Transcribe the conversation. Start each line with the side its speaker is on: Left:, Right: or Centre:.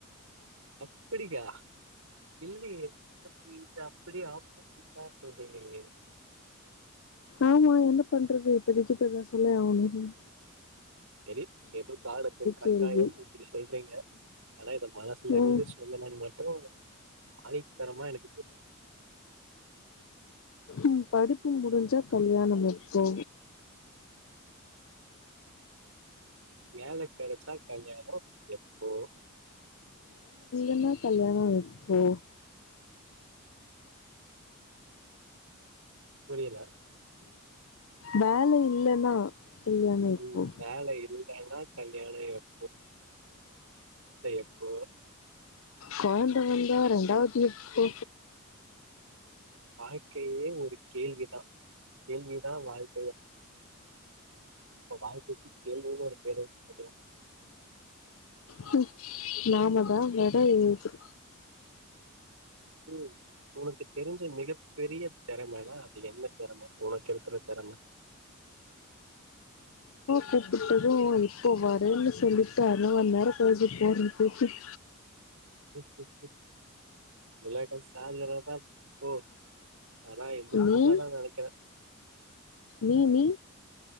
Right: அப்படியா இல்லையே எனக்கு இத அப்டி ஆப்போசிட்டா சொல் புரியலையே
Left: ஆமா என்ன பண்றது இப்பதக்கு பதில் சொல்லிதா அவனும்
Right: செரி ஏதோ காலத்தின் கட்டாயம்
Left: கேள்வி
Right: இப்படி சொல்றீங்க ஆனா இத மனசுல இருந்து
Left: ம்
Right: சொல்லன்னு மட்டோ ஆணிதனமா எனக்கு தெரியுது
Left: உம் படிப்பு முடிஞ்சா கல்யாணம் எப்போ
Right: வேலைக் கெடச்சா கல்யாணோ எப்போ
Left: இல்ல கல்யாணோ எப்போ
Right: புரியல
Left: வேல இல்லன்னா கல்யாணம் எப்போ
Right: உம் வேல இலைன்னா கல்யாண <unintelligible> எப்போ?
Left: கொழந் த வந்தா ரெண்டாவது எப்போ
Right: வாழ்க்கையையே ஒரு கேள்விதா கேள்வி தா வாழ்க் வாழ்க்கைக்கு கேள்வின்னு ஒரு பேர வச்சுக்கலாம்.
Left: ம் நாமதா வட எழுத்து
Right: ம் உனக்கு தெரிஞ்ச மிகப்பெரிய தெறமன்னா அது என்ன தெறம உனக்கு இருக்குற தெறம
Left: கூப்பிட்டதும் இப்போ வரேன்னு சொல்லிட்டு அரமநேரோ கழிச்சி போறேன் கூப்பிட்
Right: ஹ ஹ ஹ ஹ பிளாக் அத சார்ஜரோட ஃபோன் அதா எந்து
Left: நீ
Right: உண்மாதான நெனைக்குறே
Left: நீ நீ